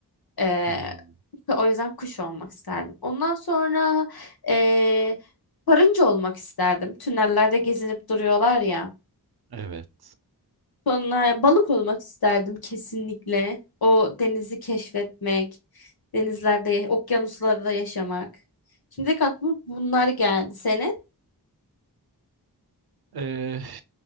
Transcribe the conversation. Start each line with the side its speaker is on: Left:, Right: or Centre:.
Left: Ee,
Right: Hmm,
Left: o yüzden kuş olmak isterdim. Ondan sonra ee, karınca olmak isterdim. Tünellerde gezinip duruyorlar ya.
Right: evet.
Left: Sonra balık olmak isterdim kesinlikle. O denizi keşfetmek, denizlerde, okyanuslarda yaşamak. Şimdi aklıma bunlar geldi. Senin?
Right: Ee,